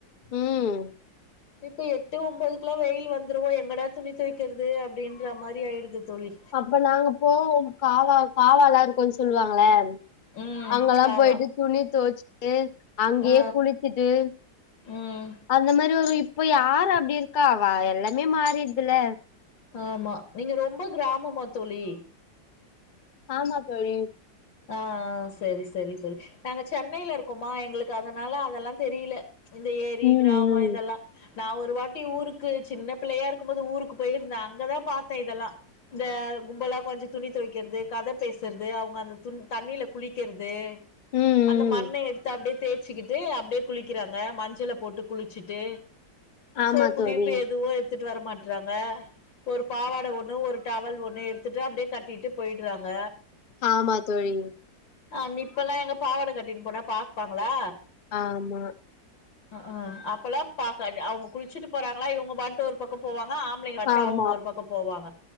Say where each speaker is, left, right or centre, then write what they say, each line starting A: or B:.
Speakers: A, on the left; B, on the left.
A: ம்
B: இப்ப எ ட்டு ஒம்பதுக்கெல்லா வெயில் வந்துரவு எங்கடா துணி தொவிக்கிறது அப்டின்ற மாரி ஆயிடுது தோழி
A: அப்ப நாங்க போவோ காவா காவால்லா இருக்குன்னு சொல்வாங்கல்ல
B: ம்
A: அங்கல்லா
B: காவா
A: போய்ட்டு துணி தொவச்சுட்டு அங்கயே
B: ஆ
A: குளிச்சுட்டு
B: ம்
A: அந்த மாரி ஒரு இ ப்ப யார் அப்டி இருக்கா வ எல்லாமே மாறிருது இல்ல
B: ஆமா நீங்க ரொம்ப கிராமமா தோழி?
A: ஆமா தோழி.
B: ஆ செரி செரி செரி நாங்க சென்னையில இருக்கோமா எங்களுக்கு அதனால அதல்லா தெரியில இந்த ஏரி
A: ம்
B: கிராமோ
A: ம்
B: இதெல்லா நா ஒரு வாட்டி ஊருக்கு சின்ன பிள்ளையா இருக்கும்போது ஊருக்கு போயிருந்த அங்கதா பாத்த இதெல்லா இந்த கும்பலா கொஞ்ச துணி தொவைக்கிறது கத பேஸ்றது அவங்க அந்த துன் தண்ணியில குளிக்கிறது
A: ம்
B: அந்த
A: ம்
B: மண்ண எடுத்து அப்டியே தேச்சுக்கிட்டு இட்டு அப்டியே குளிக்கிறாங்க மஞ்சள போட்டு குளிச்சுட்டு
A: ஆமா
B: சோப்புக்கு
A: தோழி
B: இப்ப எதுவுமே எடுத்துட்டு வர மாட்டேறாங்க ஒருப் பாவாட ஒண்ணு ஒரு டவல் ஒண்ணு எடுத்துட்டு அப்டியே கட்டிட்டு போயிடுறாங்க
A: ஆமா தோழி
B: அந் இப்பெல்லா எங்க பாவாட கட்டினு போனா பாப்பாங்களா
A: ஆமா
B: அஅ அப்பல்லாம் பாக்க அவங்க குளிச்சிட்டு போறாங்களா இவங்க பாட்டு ஒரு பக்கோ போவாங் ளா ஆம்பளைங்க பாட்டு
A: ஆமா
B: அவங்க ஒரு பக்கோ போவாங்க